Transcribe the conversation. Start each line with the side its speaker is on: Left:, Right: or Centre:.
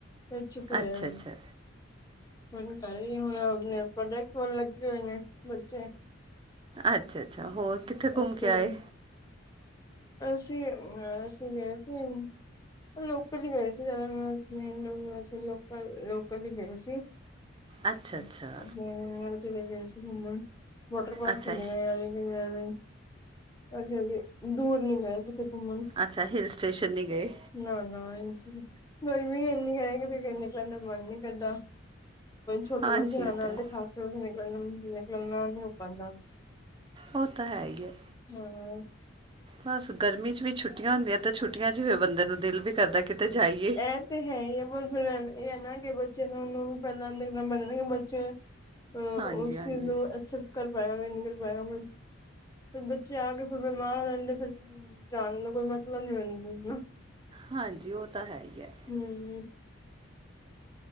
Left: ਵਿੱਚ ਫਿਰ
Right: ਅੱਛਾ ਅੱਛਾ
Left: ਹੁਣ ਘਰ ਹੀ ਹੁਣ ਆਪਣੇ ਪ੍ਰੋਜੈਕਟ ਵੱਲ ਲੱਗੇ ਹੋਏ ਨੇ ਬੱਚੇ।
Right: ਅੱਛਾ- ਅੱਛਾ, ਹੋਰ ਕਿੱਥੇ ਘੁੰਮ
Left: ਸਕੂਲ
Right: ਕੇ ਆਏ?
Left: ਅਸੀਂ ਅ ਅਸੀਂ ਗਏ ਸੀ। ਲੋਕਲ ਗਏ ਸੀ ਲੋਕਲ, ਲੋਕਲ ਹੀ ਗਏ ਸੀ। ਆਪਣੇ
Right: ਅੱਛਾ ਅੱਛਾ
Left: ਨੇੜੇ- ਤੇੜੇ ਗਏ ਸੀ ਘੁੰਮਣ। ਵਾਟਰ ਪਾਰਕ
Right: ਅੱਛਾ
Left: ਚੱਲ ਗਏ, ਆਵੇ ਕਿ ਨੇ ਹਾਂਜੀ ਦੂਰ ਨੀ ਗਏ ਕਿਤੇ ਘੁੰਮਣ,
Right: ਅੱਛਾ ਹਿਲ ਸਟੇਸ਼ਨ ਨਹੀਂ ਗਏ
Left: ਨਾ ਨਾ ਇ ਗਰਮੀ ਇੰਨੀ ਹੈ ਕਿਤੇ ਨਿਕਲਣ ਦਾ ਮਨ ਨਹੀਂ ਕਰਦਾ। ਛੋਟੇ
Right: ਹਾਂਜੀ
Left: ਬੱਚਿਆਂ
Right: ਉਹ
Left: ਨਾਲ
Right: ਹੈ
Left: ਤਾਂ, ਖਾਸ ਕਰ ਨਿਕਲਣ ਨਿਕਲਣਾ ਨਹੀਂ ਹੋ ਪਾਉਂਦਾ।
Right: ਉਹ ਤਾਂ ਹੈ ਹੀ ਹੈ,
Left: ਹਾਂ
Right: ਬਸ ਗਰਮੀ ਚ ਵੀ ਛੁੱਟੀ ਛੁੱਟੀਆਂ ਹੁੰਦੀਆਂ ਤਾਂ ਛੁੱਟੀਆਂ ਚ ਹੀ ਫਿਰ ਬੰਦੇ ਨੂੰ ਦਿਲ ਵੀ ਕਰਦਾ ਕਿਤੇ ਜਾਈਏ
Left: ਇਹ ਤੇ ਹੈ ਹੀ ਹੈ ਬਇਹ ਹੈ ਨਾ ਕਿ ਬੱਚੇ ਨੂੰ ਉਹਨੂੰ ਵੀ ਪਹਿਲਾਂ ਬੱਚ ਅ
Right: ਹਾਂਜੀ
Left: ਉਹ ਸ਼
Right: ਹਾਂਜੀ
Left: ਕਰ ਪਾਾਇਗਾ ਨ ਕਰ ਪਾਏਗਾ ਫਿਰ ਫਿਰ ਬੱਚੇ ਆ ਕੇ ਫਿਰ ਬਿਮਾਰ ਹੋਣਗੇ ਫਿਰ ਜਾਣ ਦਾ ਕੋਈ ਮਤਲਬ ਨੀ ਹੁੰਦਾ ਹਨਾ
Right: ਹਾਂਜੀ ਉਹ ਤਾਂ ਹੈ ਹੀ ਹੈ
Left: ਹਮ